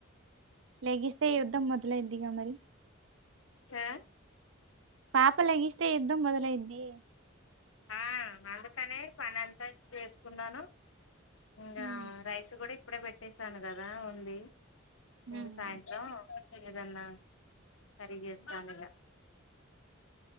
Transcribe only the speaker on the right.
లెగిస్తే యుద్ధం మొదలైద్దిగా మరి
పాప లేగిస్తే యుద్ధం మొదలైద్ది
ఉమ్,
ఉమ్.